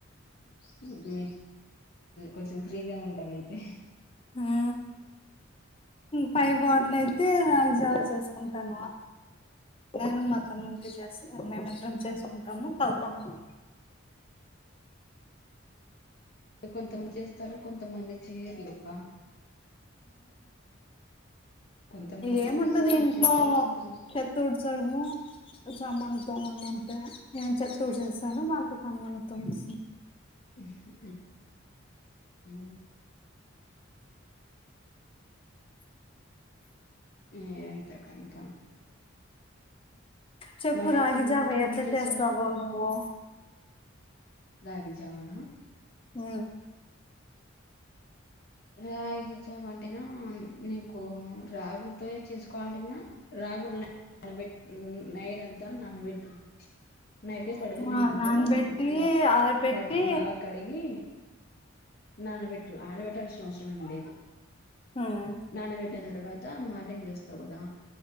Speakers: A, on the left; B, on the left.
A: వే <unintelligible> కొంచెం ఫ్రీగా ఉంటారు అయితే.
B: ఆ పైబ నైతే రాగి జావా చేసుకుంటాన నేను మా తమ్ముకి చేస్త మేమిద్దరం చేసుకుంటాము తతమ్ము.
A: కొంతమంది చేస్తారు కొంతమంది చేయరూ పా కొంతమంది
B: ఏముండదు
A: యువతగారు
B: ఇంట్లో
A: చేస్తారు కొంతమంది
B: చెత్త ఊడ్చడము, సంమానులు తొండం అంటే నేను చెత్త వచ్చేస్తాను మా అత్త సామాన్లు తోమేస్తా.
A: ఊహూ ఉ అు ఉ ఎంత బంకా
B: చెప్పుూ
A: మరి
B: రాగిజవ
A: ఆఫ్టర్నూన్ కి
B: ఎట్లా
A: ఏం చేశారు
B: చేస్తవో నువు
A: రాగి జావనా
B: ఉ
A: రాగి చావ అంటేనా నీకు రాగులతో చేసుకోవాలంటేనా రాగులునానాబెట్ నైట్ అంతా నానబెట్. నైట్ పడుకునే
B: ఆ
A: ముందు
B: నానబెట్టి
A: వ
B: ఆరబెట్టి
A: కడి బాగా కడిగి నాన్నబెట్టు ఆరబెట్టాల్సిన అవసరమేం లేదు.
B: ఉమ్.
A: నానబెట్టిన తరువాత తా మార్నింగ్ లేస్తావ్ కదా